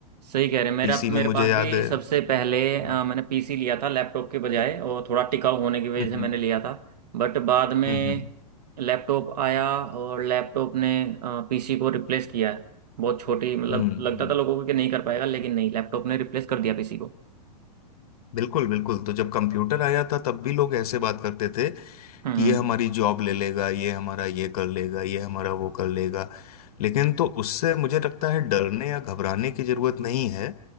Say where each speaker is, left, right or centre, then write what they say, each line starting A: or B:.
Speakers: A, on the right (about 75°); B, on the left (about 65°).
A: सही कह रहे हैं मेरा
B: पीसी में
A: मेरे
B: मुझे
A: पास
B: याद
A: भी
B: है
A: सबसे पहले
B: हम्म
A: अ, मैंने पीसी लिया था लैपटॉप के बजाय और थोड़ा टिकाऊ होने की वजह
B: हम्म
A: से मैंने लिया था बट बाद में
B: हम्म हम्म,
A: लैपटॉप आया और लैपटॉप ने पीसी को रिप्लेस किया है बहुत छोटी मतलब
B: हम्म। हम्म,
A: लगता था लोगों को कि नहीं कर पाएगा लेकिन नहीं लैपटॉप ने रिप्लेस कर दिया पीसी को
B: बिल्कुल बिल्कुल तो जब कंप्यूटर आया था तब भी लोग ऐसे बात करते थे
A: हम्म
B: कि ये हमारी जॉब ले लेगा ये हमारा ये कर लेगा ये हमारा वो कर लेगा लेकिन तो उससे मुझे लगता है डरने या घबराने की जरूरत नहीं है